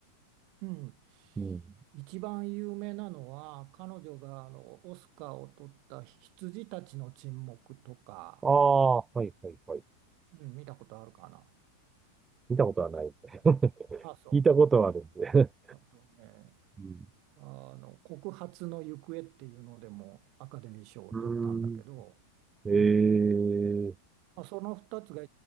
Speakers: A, on the right; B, on the right.
A: うん、
B: うん。
A: 一番有名なのは彼女があのオスカーを取った「羊たちの沈黙」とか。
B: ああ、はいはいはい。
A: うん、見たことあるかな。
B: 見たことはないんで。<laughs>
A: あ、そう。
B: 聞いたことはあるんで。
A: あとね、
B: <laughs> うん。
A: あの、告発の行方っていうのでもアカデミー賞を取ったんだけど、
B: うーん。ええ、
A: うん。まあ、その2つが、